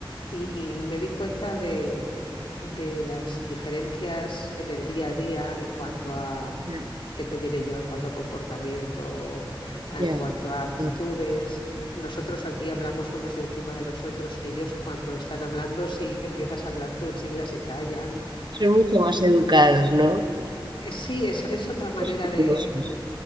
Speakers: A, on the left; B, on the right.
A: y, y me di cuenta de, de las diferencias en el día a día en cuanto a,
B: ya,
A: ¿qué te diré yo? En cuanto a comportamiento, a-
B: ya,
A: en cuanto a actitudes.
B: ya.
A: Nosotros aquí hablamos unos encima de los otros. Ellos cuando están hablando, si empiezas a hablar tú, enseguida se callan.
B: Son mucho más educados, ¿no?
A: Eh, Sí, es, es otra manera
B: Respetuosos.
A: de,